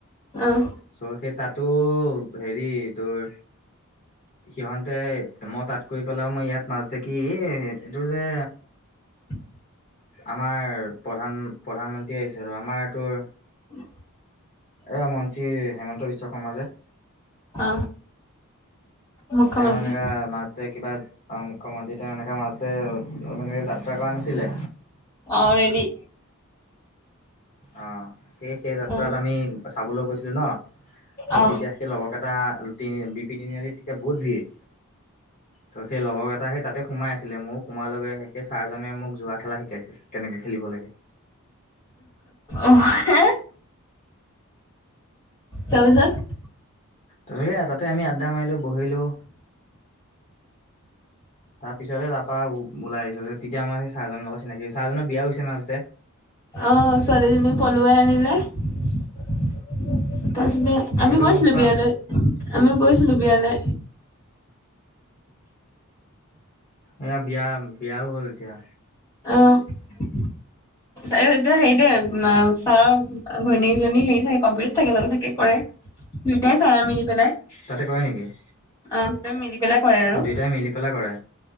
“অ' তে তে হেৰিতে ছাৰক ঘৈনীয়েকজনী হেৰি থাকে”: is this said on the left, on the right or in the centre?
Left